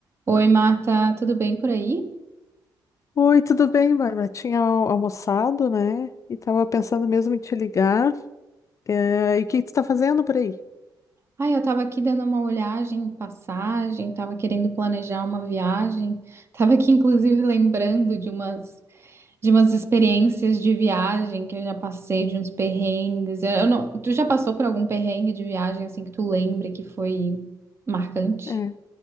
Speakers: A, on the right; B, on the left.
A: Oi, Marta, tudo bem por aí?
B: Oi, tudo bem, Bárbara? Tinha al- almoçado, né? E tava pensando mesmo em te ligar. Eh, e o que que tu tá fazendo por aí?
A: Ah, eu tava aqui dando uma olhagem, em passagem, tava querendo planejar uma viagem, <laughs> tava aqui inclusive lembrando de umas de umas experiências de viagem que eu já passei, de uns perrengues. Eu não- tu já passou por algum perrengue de viagem assim que tu lembre que foi marcante?
B: É.